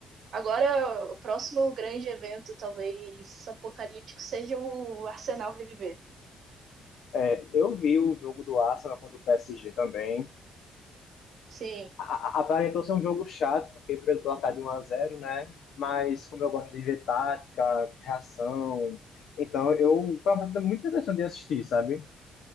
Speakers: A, on the right; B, on the left.
A: Agora, o próximo grande evento, talvez apocalíptico, seja o Arsenal reviver.
B: É, eu vi o jogo do Arsenal contra o PSG também.
A: Sim,
B: a- a- Aparentou ser um jogo chato, porque pelo placar de um a zero, né? Mas como eu gosto de ver tática, reação, então eu foi uma partida muito interessante de assistir, sabe?